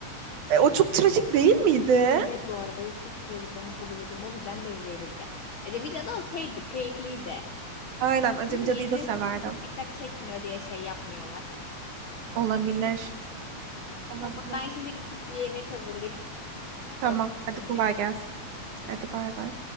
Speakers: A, on the right (about 75°); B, on the left (about 80°).
A: E, o çok trajik değil miydi?
B: Evet bu arada o çok trajikti onu kabul ediyorum. O bizden de önceydi bir de. Acemi Cadı okeydi. Keyifliydi.
A: Aynen. Acemi
B: Dedim
A: Cadı'yı
B: yeni
A: da
B: nesil
A: severdim.
B: bunu çok dikkat çekmiyor diye şey yapmıyorlar.
A: Olabilir. Olabilir.
B: Tamam ben şimdi gidip bir yemek hazırlayayım. Sonrasında
A: Tamam. Hadi
B: konuşuruz.
A: kolay gelsin. Hadi bay bay.